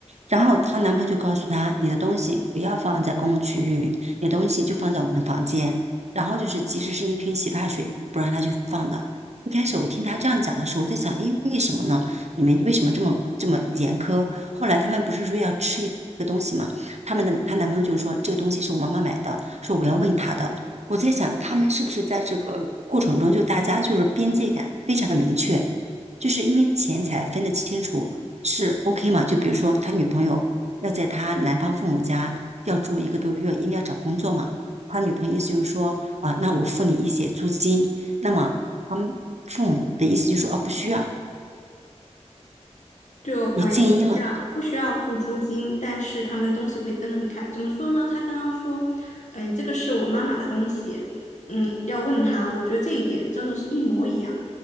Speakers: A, on the right; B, on the left.
A: 然后她男朋友就告诉她，你的东西不要放在公共区域，你的东西就放在我们的房间。然后就是，即使是一瓶洗发水，不让她去放的。一开始我听她这样讲的时候，我在想，诶，为什么呢？你们为什么这么这么严苛？后来他们不是说要吃一个东西吗？他们的她男朋友就说这个东西是我妈妈买的，说我要问她的。我在想，他们是不是在这个过程中，就大家就是边界感非常的明确，就是因为钱财分得清楚，是 OK 嘛？就比如说他女朋友要在他男方父母家要住一个多月，因为要找工作嘛。他女朋友意思就是说，啊、那我付你一些租金。那么他们父母的意思就是说，啊，不需要，
B: 就啊、
A: 你静音了。
B: 呃也不需要不需要付租金，但是他们东西会分得很开。怎么说呢？他刚刚说，嗯、这个是我妈妈的东西，嗯，要问他。我觉得这一点真的是一模一样，